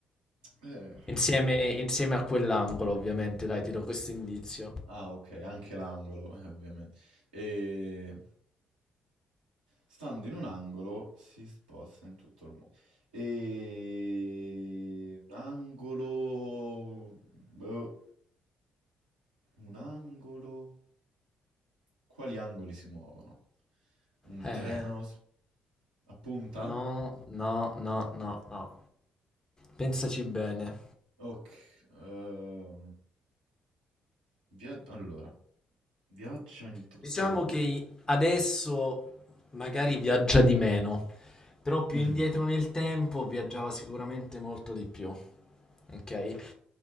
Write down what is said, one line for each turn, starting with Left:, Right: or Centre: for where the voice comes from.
Right: Eh.
Left: Insieme, insieme a quell'angolo, ovviamente. Dai, ti do questo indizio.
Right: Ah, ok, anche l'angolo, eh, ovviamente. E... Stando in un angolo si sposta in tutto il mondo. E... Un angolo... boh, un angolo... Quali angoli si muovono? Un
Left: Eh,
Right: treno s- a punta?
Left: no, no, no, no, no. Pensaci bene.
Right: Ok. ehm, via- Allora, viaggia in tutto
Left: Diciamo
Right: il mondo.
Left: che adesso magari viaggia di meno, però più
Right: Mm,
Left: indietro nel tempo viaggiava sicuramente molto di più. Ok?